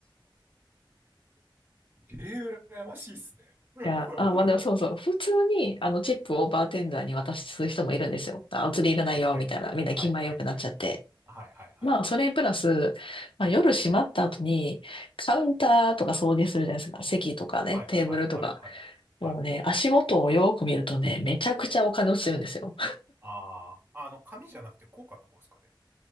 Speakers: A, on the right; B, on the left.
A: えええ羨ましいですね。<laughs>
B: いや、
A: は
B: あ、まあ、でもそうそう。普通に、あの、チップをバーテンダーに渡す人もいるんですよ。あ、お釣りいらないよ、
A: い、はい。
B: みたいな。みんな気前良くなっちゃって。
A: はい、はい、はい。はい、はい、はい、
B: まあ、
A: はい。
B: それプラス、まあ、夜閉まった後に、カウンターとか掃除するじゃないですか。席とかね、
A: はい、
B: テーブルとか。
A: はい、はい、はい。
B: もうね、
A: はい。
B: 足元をよく見るとね、めちゃくちゃお金落ちてるんですよ。
A: ああ、あの、紙じゃなくて硬貨の方ですかね。